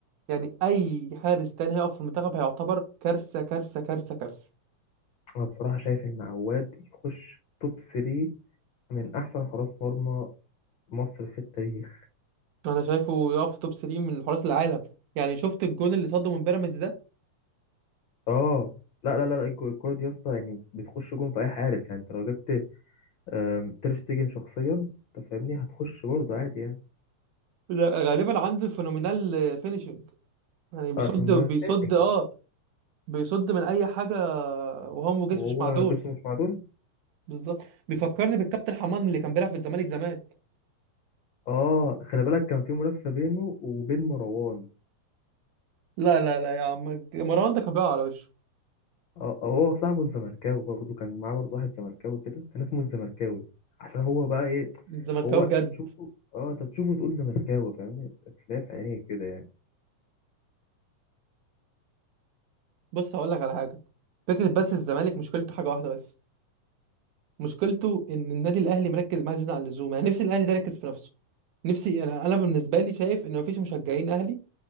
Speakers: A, on the right; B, on the left.
A: يعني اي حارس تاني هيقف في المنتخب هيعتبر كارثه كارثه كارثه كارثه
B: انا بصراحه شايف ان عواد يخش توب 3 من احسن حراس مرمى مصر في التاريخ
A: انا شايفه يقف توب 3 من حراس العالم يعني شفت الجون اللي صده من بيراميدز ده
B: اه لا لا لا لا، الكو- الكرة دي يا اسطى يعني بتخش جون في اي حارس يعني انت لو جبت آم، تير شتيجن شخصيا انت فاهمني هتخش برضه عادي يعني
A: ده غالبا عنده الفينومينال فينيشنج يعني بيصد
B: اه في مدافعينج
A: بيصد اه بيصد من اي حاجه وهو جسمه
B: وهو
A: مش معدول
B: جسمه مش معدول
A: بالظبط بيفكرني بالكابتن حمان اللي كان بيلعب في الزمالك زمان
B: اه خلي بالك كان في منافسة بينه وبين مروان
A: لا لا لا يا عم مروان ده كان بيلعب على وشه
B: اه هو صاحبه الزمركاوي برضه كان معاه برضه واحد زمركاوي كده كان اسمه الزمركاوي عشان هو بقى ايه
A: الزملكاوي
B: هو
A: بجد
B: تشوفه اه انت تشوفه تقول زملكاوي فاهمني تلاقيه في عينيك كده يعني
A: بص هقول لك على حاجه فكره بس الزمالك مشكلته حاجه واحده بس مشكلته ان النادي الاهلي مركز معاه زياده عن اللزوم يعني نفسي الاهلي ده يركز في نفسه نفسي انا انا بالنسبه لي شايف ان مفيش مشجعين اهلي